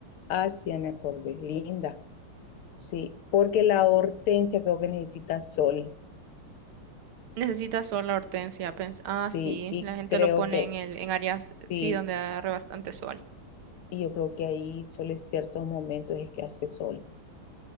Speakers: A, on the left (about 75°); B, on the right (about 75°).
A: ah, sí, ya me acordé, linda. Sí, porque la hortensia creo que necesita sol,
B: Necesitas sol la hortensia. pens- ah, sí,
A: sí, y
B: la gente
A: creo
B: lo pone
A: que
B: en el, en áreas, sí,
A: sí,
B: donde agarre bastante sol.
A: y yo creo que ahí solo en ciertos momentos es que hace sol,